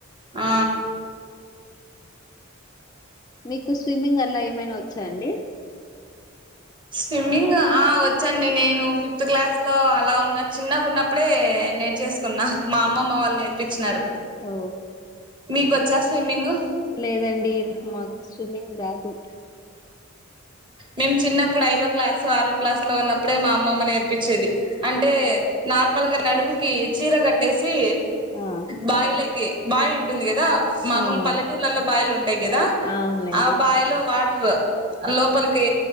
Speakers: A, on the right; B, on the left.
A: ఆ.
B: మీకు స్విమ్మింగ్, అలా ఏమైనా వొచ్చాండి.
A: స్విమ్మింగ్ ఆ వొచ్చండి, నేను ఫిఫ్త్ క్లాస్ లో అలా ఉన్న చిన్నగా ఉన్నప్పుడే నేర్చేసుకున్నా, మా అమ్మమ్మ వాళ్ళు నేర్పించినారు.
B: ఓ.
A: మీకొచ్చా స్విమ్మింగు.
B: లేదండి, మాకు స్విమ్మింగ్ రాదు.
A: మేము చిన్నప్పుడు ఐదో క్లాసు ఆరో క్లాస్ లో ఉన్నప్పుడే మా అమ్మమ్మ నేర్పించేది, అంటే, నార్మల్గా నడుముకి, చీర కట్టేస్. సి
B: ఆ!
A: బావిలకి. బాయ్ ఆన్. ఉంటుంది గదా, మామూలు
B: అవునవును.
A: పల్లెటూర్లలో బాయిలుంటాయి గదా,
B: అవునులెండి.
A: ఆ బాయిలో వా. త్వ. లోపలికి